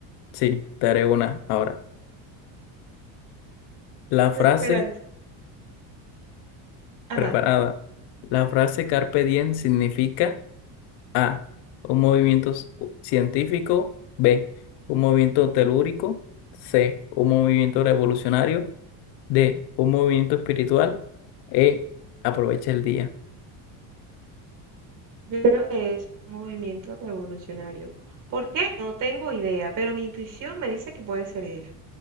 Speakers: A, on the left; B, on the right.
A: Sí, te haré una ahora. La frase
B: Esperanza. Ajá.
A: preparada. La frase carpe diem significa A. Un movimiento s- científico. B. Un movimiento telúrico. C. Un movimiento revolucionario. D. Un movimiento espiritual. E. Aprovecha el día.
B: Yo creo que es un movimiento revolucionario. ¿Por qué? No tengo idea, pero mi intuición me dice que puede ser eso.